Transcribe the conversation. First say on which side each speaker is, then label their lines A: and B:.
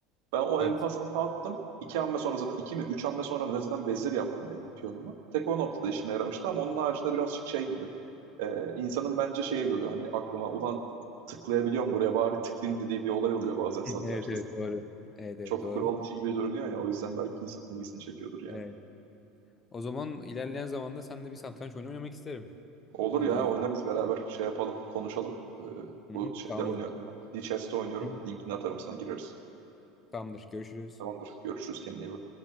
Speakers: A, on the right (about 60°); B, on the left (about 25°).
A: Ben o
B: Evet.
A: empasanta attım. İki hamle sonra zaten iki mi üç hamle sonra mı ne zaten vezir yaptım benim piyonumu. Tek o noktada işime yaramıştı ama onun haricinde birazcık şey gibi. Ee, insanın bence şeye geliyor hani aklıma ulan tıklayabiliyorum buraya bari tıklayayım dediği bir olay oluyor bazen satrançta.
B: Hı, Evet evet doğru. Evet evet
A: Çok
B: doğru.
A: kural dışı gibi görünüyor ya o yüzden belki insanın ilgisini çekiyordur yani.
B: Evet. O zaman ilerleyen zamanda seninle bir satranç oyunu oynamak isterim.
A: Olur
B: Online
A: ya oynarız
B: olarak.
A: beraber şey yapalım konuşalım. Ee,
B: Hı
A: bu
B: hı,
A: şeyde
B: Tamamdır.
A: oynuyorum ben. Lichess'te oynuyorum.
B: Hı.
A: Linkini atarım sana gireriz.
B: Tamamdır. Görüşürüz.
A: Tamamdır. Görüşürüz kendine iyi bak.